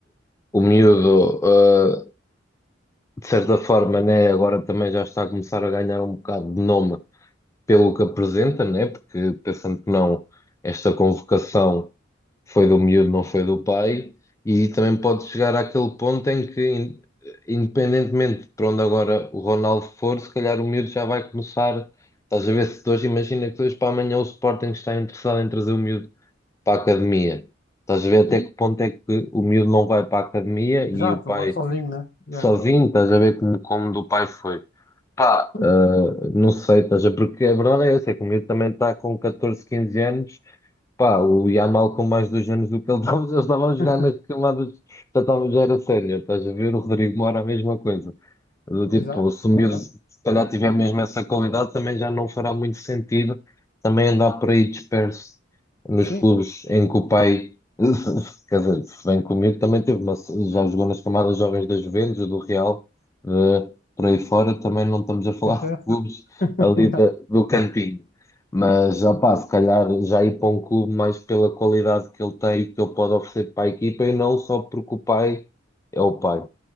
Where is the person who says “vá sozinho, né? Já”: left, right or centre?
Left